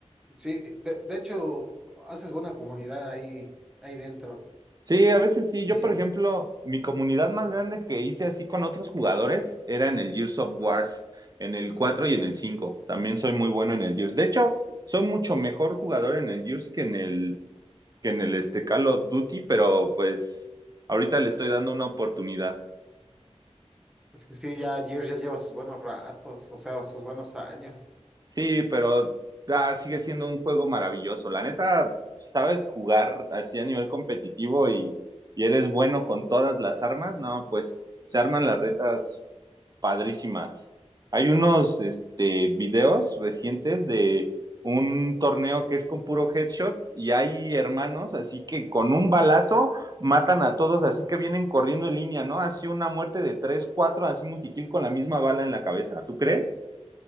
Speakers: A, in the centre; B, on the right (about 35°).
A: sí, de, de hecho, haces buena comunidad ahí, ahí dentro.
B: Sí, a veces sí.
A: Y
B: Yo, por ejemplo, mi comunidad más grande que hice así con otros jugadores era en el Gears of Wars, en el 4 y en el cinco También soy muy bueno en el Gears. De hecho, soy mucho mejor jugador en el Gears que en el, que en el este Call of Duty, pero pues ahorita le estoy dando una oportunidad.
A: es que sí, ya Gears ya lleva sus buenos ratos, o sea, sus buenos años.
B: Sí, pero ah, sigue siendo un juego maravilloso. La neta, sabes jugar así a nivel competitivo y, y eres bueno con todas las armas, no, pues se arman las retas padrísimas. Hay unos este, videos recientes de un torneo que es con puro headshot y hay hermanos así que con un balazo matan a todos, así que vienen corriendo en línea, ¿no? Así una muerte de tres, cuatro, así multikill con la misma bala en la cabeza. ¿Tú crees?